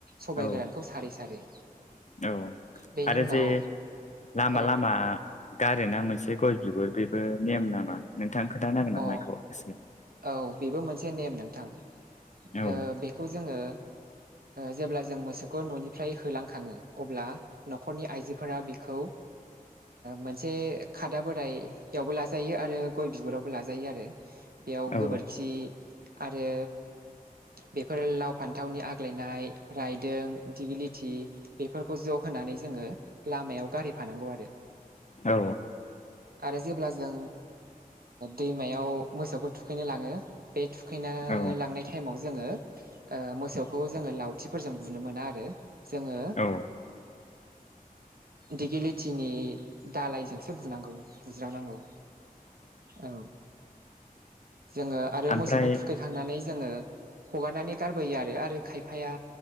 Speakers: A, on the right; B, on the left.
A: सबाइ
B: औ
A: गोरानखौ सारै सारै
B: औ
A: बेनि
B: आरो
A: उनाव
B: जे लामा
A: औ
B: लामा गारेना मोनसे गय बिगुर बेबो नेम नामा नोंथां खोनथाानो हांगोन ना
A: अ
B: माइखौ एसे
A: औ बेबो मोनसे नेम नोंथां
B: औ
A: बेखौ जोङो जेब्ला जों मोसौखौ न'निफ्राय होलांखाङो अब्ला न'खरनि आइजोफोरा बेखौ मोनसे खादा बोराइयावबो लाजायो आरो गय बिगुरावबो लाजायो आरो बेयाव
B: औ
A: गोबोरखि आरो। बेफोर लाव फान्थावनि आग्लायनाय रायदों दिगि लथि बेफोरखौ ज' होनानै जोङो लामायाव गारिफानांगौ आरो।
B: औ।
A: आरो जेब्ला जों दैमायाव मोसौखौ थुखैनो लाङो। बे थुखैना
B: औ
A: लांनाय टाइमाव जोङो मोसौखौ जोङो लउथिफोरजों बुनो मोना आरो जोङो।
B: औ
A: दिेगेलिटिनि दालायजोंसो बुनांगौ। बुज्र नांगौ औ जोङो आरो
B: ओमफ्राय
A: मोसौखौ थुखैखांनानै जोङो हगारनानै गारबोयो आरो आरो खायफाया